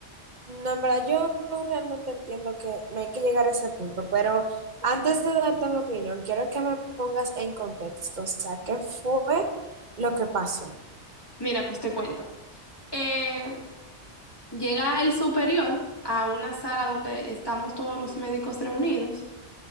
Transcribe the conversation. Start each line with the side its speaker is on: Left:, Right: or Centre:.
Right: No, en verdad, yo realmente entiendo que no hay que llegar a ese punto, pero antes de darte mi opinión, quiero que me pongas en contexto, o sea, ¿qué fue lo que pasó?
Left: Mira, pues te cuento. Eh, llega el superior a una sala donde estamos todos los médicos reunidos